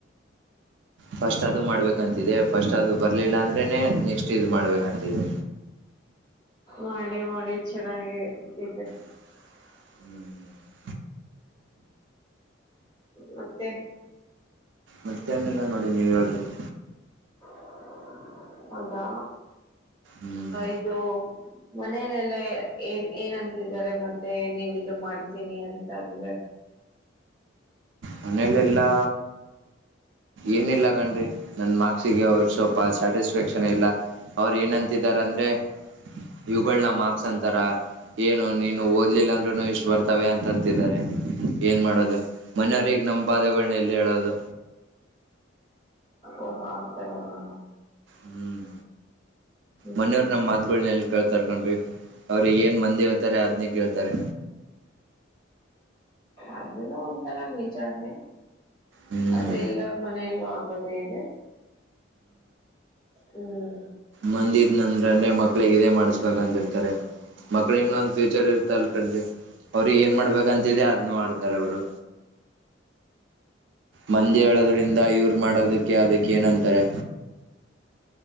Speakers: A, on the right; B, on the left.
A: ಫಸ್ಟ್ ಅದು ಮಾಡ್ಬೇಕಂತಿದೆ ಫಸ್ಟ್ ಅದು ಬರ್ಲಿಲ್ಲ ಅಂದ್ರೆನೆ ನೆಕ್ಸ್ಟ್ ಇದು ಮಾಡ್ಬೇಕಂತಿದೆ.
B: ಮಾಡಿ ಮಾಡಿ ಚೆನ್ನಾಗಿ ಇದ್ದೆ
A: <inaudible>
B: ಮತ್ತೆ.
A: ಮತ್ತೇನಿಲ್ಲ ನೋಡಿ ನೀವು ಹೇಳ್ಬೇಕು.
B: <inaudible> ಹೌದಾ
A: ಹ್ಮ್
B: ಇದು ಮನೆಲೆಲ್ಲ. ಏನ್ ಏನ್ ಅಂತಿದ್ದಾರೆ ಮತ್ತೆ ನೀವ ಇ ಮಾಡ್ತೀನಿ ಅಂತ ಅಂದ್ರೆ
A: ಮನೇಲೆ ಎಲ್ಲಾ ಏನಿಲ್ಲ ಕಂಡ್ರಿ ನನ್ ಮಾರ್ಕ್ಸಿಗೆ ಅವರು ಸ್ವಲ್ಪ ಸ್ಯಾಟಿಸ್ಫ್ಯಾಕ್ಷನ್ ಇಲ್ಲಾ ಅವ್ರ ಏನಂತಿದಾರ ಅಂದ್ರೆ ಇವುಗಳ ನ ಮಾರ್ಕ್ಸ್ ಅಂತಾರ ಏನು ನೀನು ಓದ್ಲಿಲ್ಲ ಅಂದ್ರೂನು ಇಷ್ಟು ಬರ್ತ ತವೆ ಅಂತ ಅಂತಿದ್ದಾರೆ ಏನ್ ಮಾಡೋದು ಮನೆಯವ್ರಗ್ ನಮ್ಮ್ ಬಾದೆಗಳನ್ನ ಎಲ್ಲಿ ಹೇಳೋದು
B: ಓಹ ಆಥರನಾ
A: ಹ್ಮ್
B: ಹ್ಮ್
A: ಮನೆಯರ
B: ಹ್ಮ್
A: ನ ಮಾದ ಹಗಳ ಎಲ್ಲಿ ಕೇಳ್ತರ್ ಕಂಡ್ರಿ ಅವ್ರಿಗೆ ಏನ್ ಮಂದಿ ಹೇಳ್ತಾರೆ ಅದ್ನೇ ಕೇಳ್ತಾರೆ
B: ಅದನ್ನು ಒಂಥರ ನಿಜಾನೇ
A: ಹ್ಮ್
B: ಅದ ಎಲ್ಲರ ಮನೆಯಲ್ಲೂ ಆ ದೇ ಇದೆ ಹ್ಮ್
A: ಮಂದಿ ಇದ್ ನಂದೇ ಮಕ್ಳಿಗೆ ಇದೇ ಮಾಡ್ಸ್ಬೇಕ ಅಂತಿರ್ತಾರೆ ಮಕ್ಳ ಒಂದ ಫ್ಯೂಚರ್ ಇರ ಲ್ಕೊಂಡ್ರಿ ಅವ್ರಿಗೆ ಏನ್ ಮಾಡ್ಬೇಕಂತಿದೆ ಅದನ್ನು ಆಡ್ತಾರೆ ಅವ್ರು ಮಂದಿ ಹೇಳೋದ್ರಿಂದ ಇವರು ಮಾಡೋದಕ್ಕೆ ಅದಕ್ಕೆ ಏನಂತಾರೆ